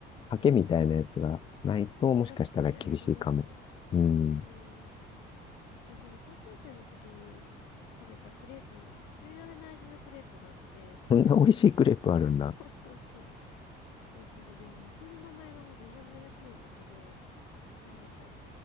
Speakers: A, on the left (about 25°); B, on the left (about 85°).
A: ハケみたいなやつがないと、
B: うん。まあ確かにあれがないと。
A: もしかしたら厳しいかも。うん。
B: うん。私、あの、高校生の時に食べたクレープ、忘れられない味のクレープがあって、
A: こんな美味しいクレープあるんだ。
B: <laughs> そうそうそう。えっとね、でも店の名前がもう全然思い出せないんだけど、あの、こ、